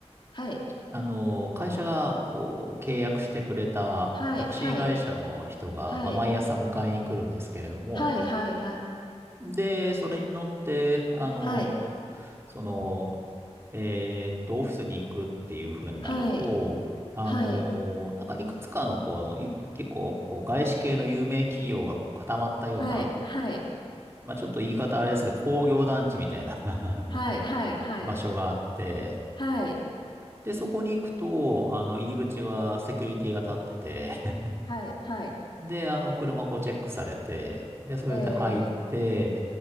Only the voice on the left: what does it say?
はい、
はい、はい、はい、
はい、はい、
はい、
はい、
はい、
はい、はい、
はい、はい、はい、
はい、
はい、はい、はい、はい、
え